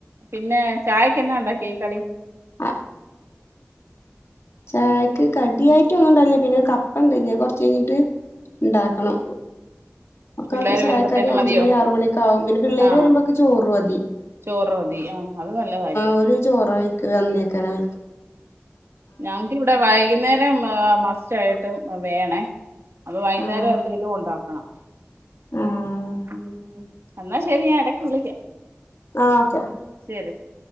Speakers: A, on the right; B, on the left.
A: പിന്നെ ചായക്കന്നെ ഉണ്ടാക്കിഈ കടി
B: ആഹ് ചായക്ക് കടിയായിട്ട് ഒന്നുംണ്ടല്ലേ പിന്നെ കപ്പ ഇണ്ടയ്ഞ് കൊറച്ചഴിഞ്ഞിട്ട് ഉണ്ടാക്കണം ഒക്കെ
A: പിള്ളേര്
B: ചായക്കാടി
A: വരുമ്പത്തേനും
B: അഞ്ചു
A: മതിയോ
B: മണി ആറു മണിയക്കെ ആകും പിന്നെ പിള്ളേര്
A: ആ
B: വരുമ്പോക്കെ ചോറും മതി
A: ചോറ് മതി ആ അത് നല്ല കാര്യം
B: ഓര് ചോറായ്ക്കല് വന്നേക്കാനം
A: ഞങ്ങക്ക് ഇവിടെ വൈകുന്നേ രം ഏഹ് മസ്റ്റയിട്ടും വേണേ അപ്പം വൈകുന്നേരം
B: ആഹ്
A: എന്തെങ്കിലും ഉണ്ടാക്കണം
B: ആഹ്
A: ഉം എന്നാ ശരി ഞൻ ഇടക്ക് വിളിക്ക
B: ആഹ് ഓക്കെ
A: ശരി ശരി